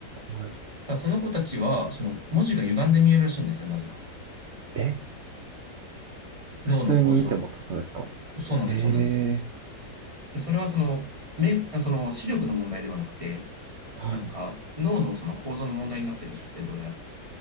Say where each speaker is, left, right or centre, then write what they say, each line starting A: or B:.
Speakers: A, on the right; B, on the right.
A: はい。
B: だからその子たちは、その文字が歪んで見えるらしいんですよ、なぜか。
A: え
B: 脳の向上。
A: 普通に見てもってことですか
B: そうなんです、
A: へえ、
B: そうなんです。それはその、目、あその視力の問題ではなくて、
A: はい。
B: なんか脳のその構造の問題になってるらしくて、どうやら。